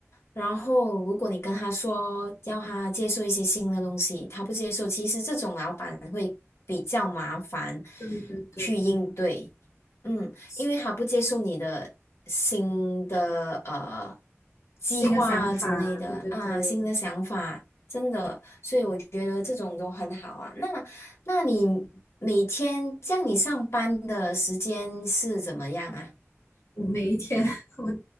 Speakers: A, on the left; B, on the left.
A: 然后如果你跟他说要他接受一些新的东西，他不接受，其实这种老板会比较麻烦
B: 对对对，
A: 去应对，嗯，
B: 是
A: 因为他不接受你的新的呃计划之类的啊，
B: 新的想法，对对对。
A: 新的想法。真的，所以我觉得这种都很好啊。那那你每天这样，你上班的时间是怎么样啊？
B: 我每一天，<laughs> 我